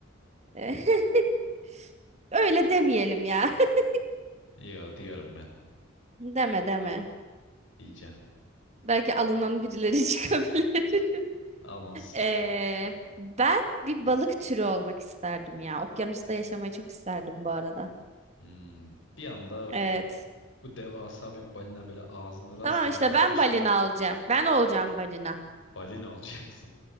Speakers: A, on the right (about 35°); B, on the left (about 70°).
A: <laughs> Öyle demeyelim ya. <laughs>
B: Yo diyorum ben.
A: Deme deme.
B: Diyeceğim.
A: Belki alınan birileri <laughs> çıkabilir.
B: Alınsın.
A: Ee, ben bir balık türü olmak isterdim ya. Okyanusta yaşamayı çok isterdim bu arada.
B: Hmm, Bir anda
A: Evet.
B: bu devasa bir balina böyle ağzını rastgele
A: Tamam işte
B: açmışken
A: ben balina olacağım. Ben olacağım balina.
B: balina olacaksın.